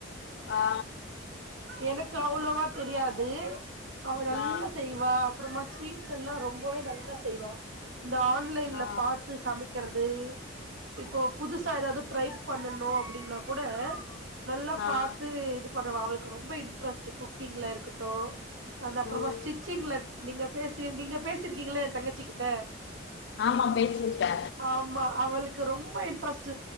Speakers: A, on the left (about 60°); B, on the right (about 75°).
A: ஆ
B: எனக்கு அவ்ளோவா தெரியாது அவ நல்ல
A: ஆ
B: செய்வா அப்புறமா ஸ்வீட்ஸ் எல்லா ரொம்பவே நல்லா செய்வா இந்த ஆன்லைன்ல
A: ஆ
B: பாத்து சமைக் க்கிறது இப்போ புதுசா ஏதாவது ட்ரைப் பண்ணணோ அப்டின்னா கூட நல்லா
A: ஆ ஆ
B: பாத்து இது பண்ணுவா அவளுக்கு ரொம்ப இன்டரெஸ்ட் குக் பண் குக்கிங்கள இருக்கட்டு அந்த அப்புறமா
A: ம்
B: ஸ்டிச்சிங் நீங்க பேச நீங்க பேசி இருக்கீங்கல்ல என் தங்கச்சி கிட்ட
A: ஆமா பேசிருக்கே
B: ஆமா அவுளுக்கு ரொம்ப ரொம்ப இன்ட்ரெஸ்ட்